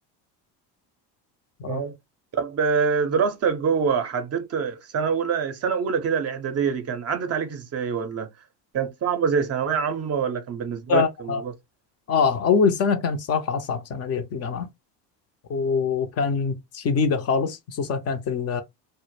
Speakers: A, on the left (about 35°); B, on the right (about 35°).
A: آه،
B: فاهم طب آه، دراستك جوه حددت في سنة أولى السنة الأولى كده الإعدادية دي كان عدت عليك إزاي ولا كانت صعبة زي ثانوية عامة ولا كان بالنسبة
A: آه.
B: لك الموضوع سهل؟
A: آه أول سنة كانت صراحة أصعب سنة لي في الجامعة وكانت شديدة خالص خصوصا كانت ال-